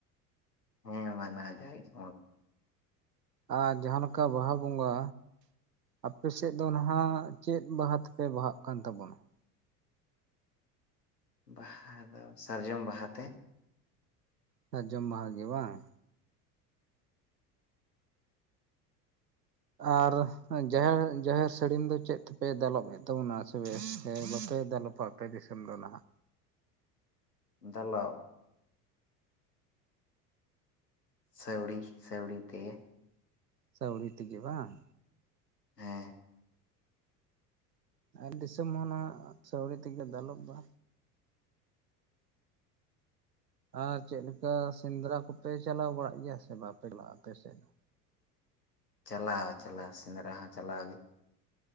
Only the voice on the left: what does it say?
ᱦᱮᱸ ᱢᱟᱱᱟ ᱡᱟᱭ <inaudible>
ᱵᱟᱦᱟ ᱫᱚ ᱥᱟᱨᱡᱚᱢ ᱵᱟᱦᱟᱛᱮ ᱾
ᱫᱟᱞᱚᱵ᱾ ᱥᱮᱣᱲᱤ ᱥᱮᱣᱲᱤ ᱛᱮ ᱾
ᱦᱮᱸ ᱾
ᱪᱟᱞᱟᱣ ᱪᱟᱞᱟᱣ ᱥᱮᱸᱫᱽᱨᱟ ᱦᱚᱸ ᱪᱟᱞᱟᱣ ᱜᱮ ᱾